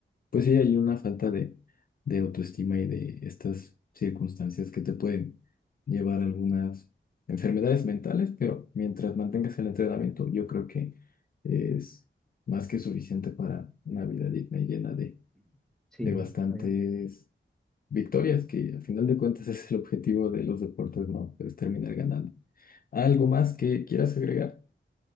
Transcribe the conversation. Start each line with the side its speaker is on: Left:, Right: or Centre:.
Left: pues sí, hay una falta de, de autoestima y de estas circunstancias que te pueden llevar a algunas enfermedades mentales, pero mientras mantengas el entrenamiento, yo creo que es más que suficiente para una vida digna y llena
Centre: Sí,
Left: de bastantes
Centre: está bien.
Left: victorias, que al final de cuentas <laughs> es el objetivo de los deportes, ¿no? Es terminar ganando. ¿Algo más que quieras agregar?